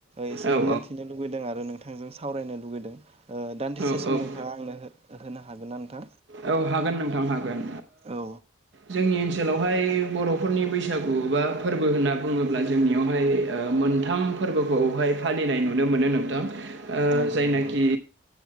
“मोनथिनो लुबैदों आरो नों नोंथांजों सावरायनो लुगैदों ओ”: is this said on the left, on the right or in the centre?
Right